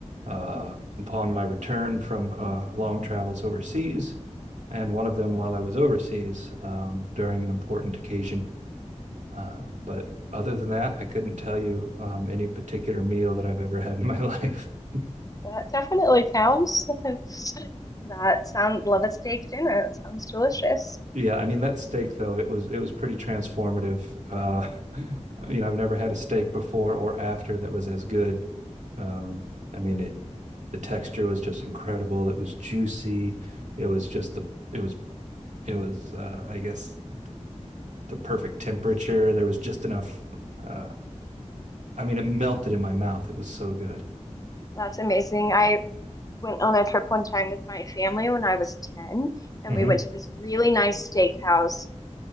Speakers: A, on the right; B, on the left.
A: uh,
B: <laughs>
A: upon my return from uh, long travels overseas, and one of them while I was overseas um, during an important occasion. Um, but other than that, I couldn't tell you um, any particular meal that I've ever had in my life. <laughs>
B: That definitely counts. <laughs> That sound love a steak dinner. That sounds delicious.
A: Yeah, I mean that steak though, it was it was pretty transformative. Uh, <laughs> you know, I've never had a steak before or after that was as good. Um, I mean it the texture was just incredible. It was juicy. It was just the it was it was uh, I guess the perfect temperature. There was just enough uh, I mean it melted in my mouth. It was so good.
B: <laughs> That's amazing. I went on a trip one time with my family when I was 10, and
A: hmm
B: we went to this really nice steakhouse